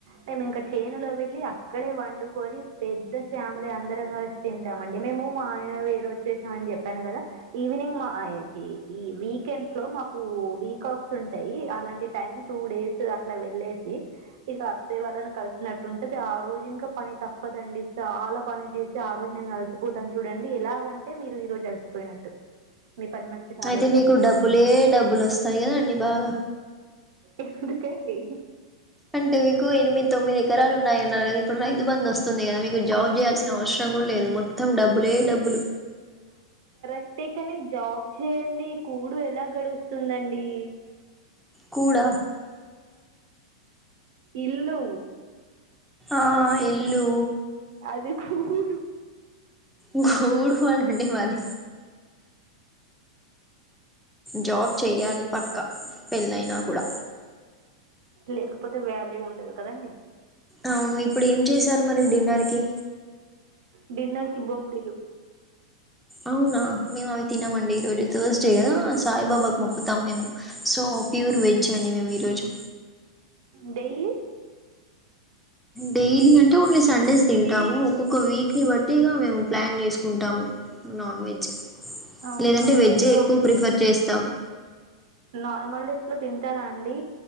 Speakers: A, on the right; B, in the centre.
A: మేము ఇంకా చేనులో వెళ్లి అక్కడే వండుకొని పెద్ద ఫ్యామిలీ అందరం కలిసి తింటాము అండి మేము మా ఆయన వేరే వచ్చేసాం అని చెప్పాను కదా ఈవినింగ్ మా అయ్ ఏతి ఈ వీకెండ్స్ లో మాకు వీక్ ఆఫ్స్ ఉంటాయి అలాంటి టైం టూ డేస్ అకు ఇలా వెళ్లేేసి ఇక అత్తయ్య వాళ్ళని కలిసినట్టు ఉంటది ఆ రోజు ఇంకా పని తప్పదండి చాలా పని చేసి ఆ రోజు నేను అలసిపోతాను చూడండి ఎలాగంటే మీరు ఈరోజు అలసిపోయినట్టు మీ పని మనిషి రాలేదు
B: అయితే మీకు
A: కదా
B: డబ్బులే డబ్బులు వస్తాయి కదండి బాగా
A: ఎందుకండి
B: అంటే మీకు ఎనిమిది తొమ్మిది ఎకరాలు ఉన్నాయి అన్నారు కదా ఇప్పుడు రైతుబంద్ వసు తుంది కదా మీకు జాబ్ చేయాల్సిన అవసరం కూడా లేదు మొత్తం డబ్బులే డబ్బులు
A: అట్టే కాని జాబ్ చేయండి కూడు ఎలా గడుస్తుందండి
B: కూడ
A: ఇల్లు
B: ఆ ఇల్లు
A: అది కూడు
B: ఈ కుడు గోల ఏంటి మరి జాబ్ చేయ్యాలి పక్క పెళ్ళైనా కూడా
A: లేకపోతే వ్యాల్యూ ఉండదు కదండి
B: అవును ఇప్పుడు ఏం చేశారు మరి డిన్నర్ కి
A: డిన్నర్ కి బొమ్డలు
B: అవునా మేము అవి తినమండి రోజు థర్స్ చే కదా సాయిబాబాకు మొక్కుతాం మేము సో ప్యూర్ వెజ్ అండి మేము ఈరోజు
A: డైలీ
B: డైలీ అంటే ఓన్లీ సండేస్ తింటాము ఒక్కొక్క వీక్ ని బట్టి ఇగ మేము ప్లాన్ చేసుకుంటాము నాన్ వెజ్
A: అవునా
B: లేదంటే వెజే
A: ఎట్లా
B: ఎక్కువ ప్రిఫర్ చేస్తాము
A: నార్మల్ డేస్ లో తింటారా అండి